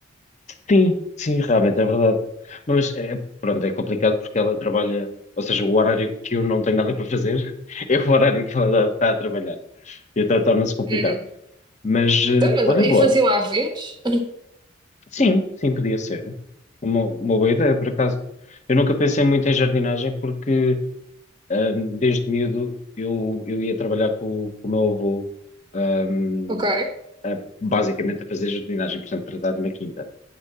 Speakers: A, on the left (about 35°); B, on the right (about 20°).
A: sim, sim, realmente, é verdade. Mas, é, pronto, é complicado porque ela trabalha, ou seja, o horário que eu não tenho nada para fazer <laughs> é o horário que ela está a trabalhar. E então torna-se complicado.
B: Hum.
A: Mas, eh,
B: Então, mas,
A: olha, boa.
B: e faziam à vez?
A: Sim, sim, podia ser. Uma, uma boa ideia, por acaso. Eu nunca pensei muito em jardinagem porque ahm, desde miúdo eu, eu ia trabalhar com, com o meu avô, ahm,
B: Ok.
A: a- basicamente a fazer jardinagem, portanto, tratar de uma quinta.